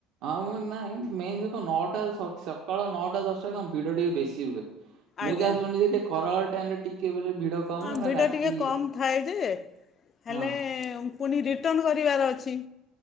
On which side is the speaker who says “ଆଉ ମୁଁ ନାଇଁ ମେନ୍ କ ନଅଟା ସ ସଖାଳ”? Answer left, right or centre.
Right